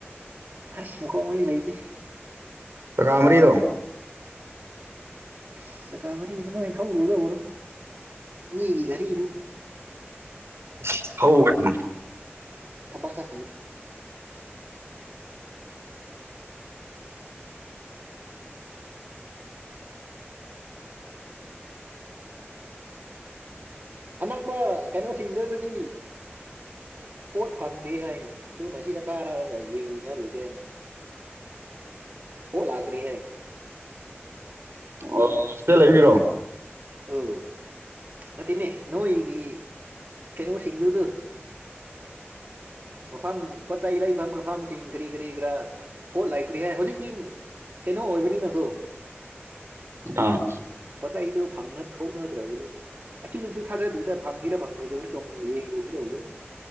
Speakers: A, on the right; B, on the right.
A: ꯑꯁ ꯃꯈꯣꯡ ꯃꯥꯔꯤ ꯂꯩꯇꯦ꯫
B: ꯆꯥꯀꯥꯃꯔꯤꯔꯣ
A: ꯑꯁ ꯆꯀꯥ ꯃꯔꯤ ꯀꯃꯥꯏ ꯊꯧꯔꯨꯗꯔ ꯃꯤꯒꯤ ꯒꯔꯤ ꯗꯨ
B: ꯏꯁ ꯊꯥꯎ ꯀꯩꯅꯣ
A: ꯊꯕꯛ ꯆꯠꯈꯤꯗ ꯑꯅꯛꯄ ꯀꯩꯅꯣꯁꯤꯡꯗꯨꯗꯤ ꯄꯣꯠ ꯐꯪꯗꯦ ꯍꯥꯏꯔꯤ ꯑꯗꯨꯅ ꯁꯤꯗ ꯀꯥꯔꯛꯑꯒ ꯌꯦꯡꯃꯤꯟꯅꯔꯨꯁꯦ ꯍꯥꯏꯅ ꯄꯣꯠ ꯂꯛꯇꯔ꯭ꯦꯍꯥꯏ
B: ꯑꯣ ꯍꯣꯁꯇ꯭ꯦꯜ ꯂꯩꯔꯤꯔꯣ
A: ꯑꯣ ꯅꯠꯇꯦꯅꯦ ꯅꯣꯏꯒꯤ ꯀꯩꯅꯣꯁꯤꯡꯗꯨꯗꯨ ꯃꯐꯝ ꯄꯣꯠ ꯆꯩ ꯂꯩꯕ ꯃꯐꯝꯁꯤꯡ ꯀꯔꯤ ꯀꯔꯤ ꯈꯔ ꯄꯣꯠ ꯂꯩꯇ꯭ꯔꯤ ꯍꯥꯏ ꯍꯨꯖꯤꯛꯇꯤ ꯀꯩꯅꯣ ꯑꯣꯏꯕꯅꯤꯅꯀꯣ
B: <unintelligible>
A: ꯄꯣꯠ ꯆꯩꯗꯨ ꯐꯪꯅ ꯊꯣꯛꯅꯗ꯭ꯔꯕꯅꯤꯅ ꯑꯁꯤꯗꯁꯨ ꯊꯥꯖꯗꯦꯗ ꯐꯪꯉꯤꯔꯥ ꯐꯪꯂꯣꯏꯗꯕ꯭ꯔꯥ ꯌꯦꯡꯉꯨꯒꯦꯗꯧꯕꯅꯤ